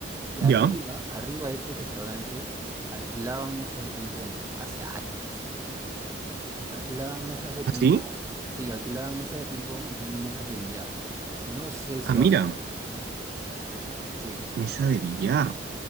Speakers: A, on the right; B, on the right.
A: y
B: ¿Ya?
A: arriba, arriba de ese restaurante, alquilaban mesas de ping-pong. Hace años. Alquilaban mesas de
B: ¿Así?
A: ping-pong. Sí, alquilaban mesas de ping-pong y también mesas de billar. No sé si
B: Ah, mira.
A: ahora sigue. Sí,
B: Mesa de billar.